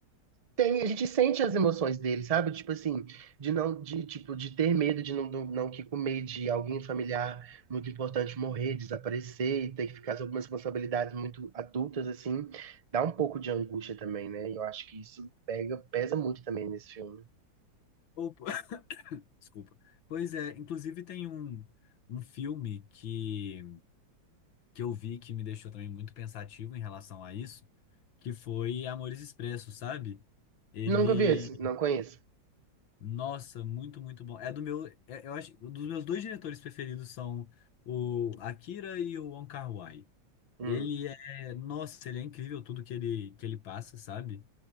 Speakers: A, on the right; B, on the left.
A: tem, a gente sente as emoções dele, sabe? Tipo assim, de não, de tipo, de ter medo de não, não, não que comer, de alguém familiar muito importante morrer, desaparecer e ter que ficar sob umas responsabilidades muito adultas assim, dá um pouco de angústia também, né? E eu acho que isso pega, pesa muito também nesse filme.
B: Opa. <laughs> <coughs> Desculpa. Pois é, inclusive tem um, um filme que, que eu vi que me deixou também muito pensativo em relação a isso, que foi Amores Expressos, sabe? Ele
A: Nunca vi esse, não conheço.
B: Nossa, muito, muito bom. É do meu, é- eu acho, um dos meus dois diretores preferidos são o Akira e o Wong Kar-wai.
A: Hum,
B: Ele é, nossa, ele é incrível tudo que ele que ele passa, sabe?